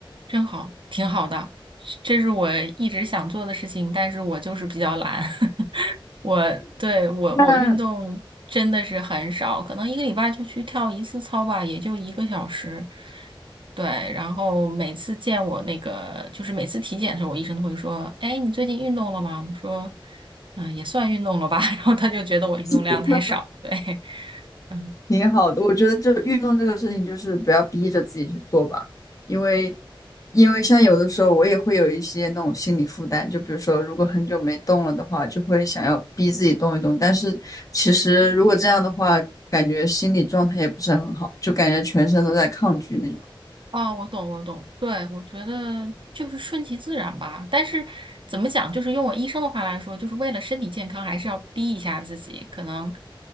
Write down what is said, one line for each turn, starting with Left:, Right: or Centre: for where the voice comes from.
Right: 真好，挺好的。这是我一直想做的事情，但是我就是比较懒。<laughs> 我对我我运动真的是很少，
Left: 那嗯
Right: 可能一个礼拜就去跳一次操吧，也就一个小时。对，然后每次见我那个，就是每次体检的时候，我医生都会说：“哎，你最近运动了吗？”我说：“嗯，也算运动了吧。<laughs>”然后他就觉得我运动量太少。
Left: 那
Right: 对，<laughs>
Left: 挺好的，我觉得这运动这个事情就是不要逼着自己去做吧，因为因为像有的时候我也会有一些那种心理负担，就比如说如果很久没动了的话，就会想要逼自己动一动，但是其实如果这样的话，感觉心理状态也不是很好，就感觉全身都在抗拒那种。
Right: 哦，我懂，我懂。对，我觉得就是顺其自然吧。但是怎么讲，就是用我医生的话来说，就是为了身体健康，还是要逼一下自己。可能，